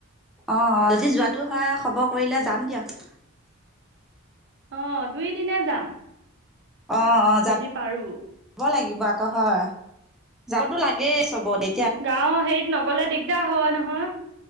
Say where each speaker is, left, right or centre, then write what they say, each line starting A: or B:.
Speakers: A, in the centre; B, on the right.
A: অ' যদি যোৱাটো হয়, খবৰ কৰিলে যাম দিয়ক।
B: অ' দুই দিনে যাম।
A: অ' অ' যাব
B: যদি পাৰো
A: যাব লাগিব। লাগিব আকৌ হয়, যাবটো লাগেই চ'বটে।
B: গাঁও হেৰিত নগলে দিগদাৰ হয় নহয়।